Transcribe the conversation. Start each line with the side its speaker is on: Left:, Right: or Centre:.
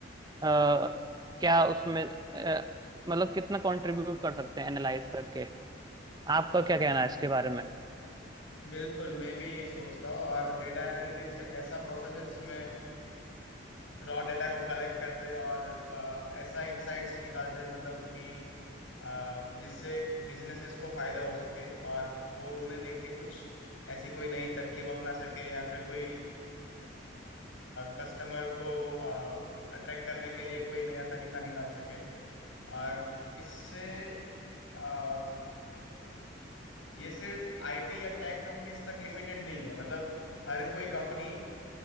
Right: अ, क्या उसमें अ, मतलब कितना कंट्रीब्यूट कर सकते हैं एनालाइज करके आपका क्या कहना है इसके बारे में
Left: बिल्कुल मैं भी यही सोचता हूँ और डेटा एनालिटिक्स एक ऐसा प्रोसेस है जिसमें रॉ डेटा को कलेक्ट करते हैं और आ, ऐसा इंसाइट्स निकालते हैं मतलब कि आ, जिससे बिजनेसेस को फायदा हो सके और वो उन्हें देख के कुछ ऐसी कोई नई तरकीब अपना सके या फिर कोई कस्टमर को अट्रैक्ट करने के लिए कोई नया तरीका निकाल सके और इससे आ, ये सिर्फ आईटी या टेक कंपनीज तक लिमिटेड नहीं है मतलब हर कोई कंपनी